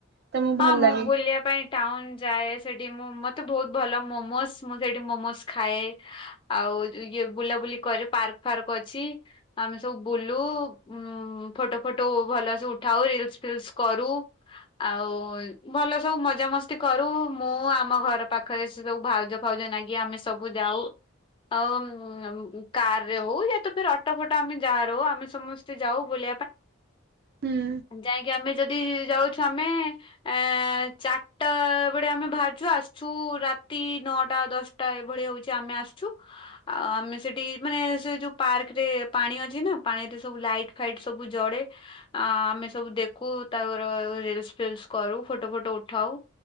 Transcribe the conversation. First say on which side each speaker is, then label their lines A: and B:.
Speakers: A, on the right (about 50°); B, on the left (about 25°).
A: ତମକୁ ଭଲ
B: ହଁ ମୁଁ
A: ଲାଗେ
B: ବୁଲିବା ପାଇଁ ଟାଉନ ଯାଏ ସେଠି ମୁଁ ମତେ ବହୁତ ଭଲ ମୋମୋସ୍ ମୁଁ ସେଠି ମୋମୋସ୍ ଖାଏ ଆଉ ହଉ ଯୁ ଇଏ ବୁଲାବୁଲି କରେ ପାର୍କ ଫାର୍କ ଅଛି। ଆମେ ସବୁ ବୁଲୁ ଉଁ ଫୁଟ୍ ଫଟୋ ଫଟୋ ଭଲସ ଉଠାଉ। ରିଲସ ଫିଲ୍ସ କରୁ ଆଉ ଭଲ ସବୁ ମଜାମସ୍ତି କରୁ। ମୁଁ ଆମ ଘର ପାଖରେ ସବୁ ଭାଉଜ ଫାଉଜ ନାଗି ଆମେ ସବୁ ଯାଉ। ଆଉ ମ କାରରେ ହଉ, ୟା ତ ଅଟୋ ଫଟ ଆମେ ଯାହାର ହଉ ଆମେ ସମସ୍ତେ ଯାଉ ବୁଲି
A: ହୁଁ
B: ଯାଇକି ଆମେ ଯଦି ଯାଉଛୁ ଆମେ ଏଁ ଚାରିଟା ବେଳେ ଆମେ ବାହାରଛୁ, ଆସିଛୁ ରାତି ନଅଟା ଦଶଟା ଏଭଳି ହଉଛି ଆମେ ଆସୁଛୁ ଆଉ ଆମେ ସେଠି ମାନେ ସେ ଯୋଉ ପାର୍କରେ ପାଣି ଅଛି ନା ପାଣିରେ ସବୁ ଲାଇଟ୍ ଫାଇଟ ସବୁ ଜଳେ। ଆ ଆମେ ସବୁ ଦେଖୁ ତାରୁ ରିଲସ ଫିଇଲ୍ସ କରୁ ଫଟୋ ଫଟୋ ଉଠାଉ